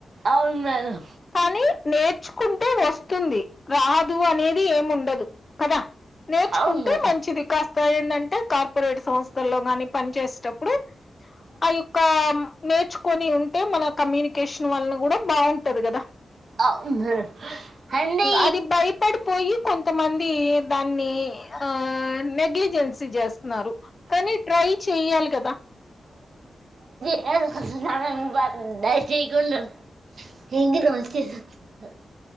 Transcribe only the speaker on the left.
కానీ నేర్చుకుంటే వస్తుంది రాదు అనేది ఏముండదు దు కదా నేర్చుకుంటే
మంచిది కాస్త ఏందంటే కార్పొరేట్ సంస్థల్లో కానీ పని చేసేటప్పుడు ఆ యొక్క నేర్చుకొని ఉంటే మన కమ్యూని నికేషన్ వల్న కూడా బావుం డదు కదా
అది భయపడిపోయి కొంతమం ఇ దాన్ని ఆ నెగ్లిజెన్స్ చి చేస్తన్నారు కానీ ట్రై చేయాలి కదా